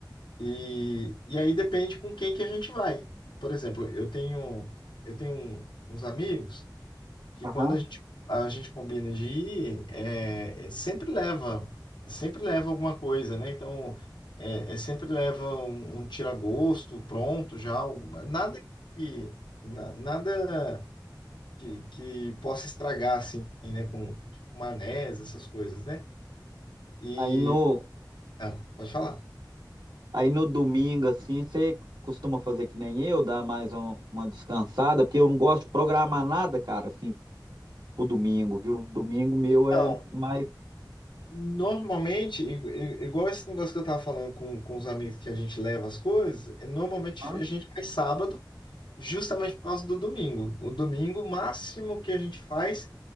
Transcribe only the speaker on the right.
Aham.
Aí no,
aí no domingo, assim, você costuma fazer que nem eu, dar mais um- uma descansada, porque eu não gosto de programar nada, cara, assim, O domingo, viu? Domingo meu
é mais.
Hã?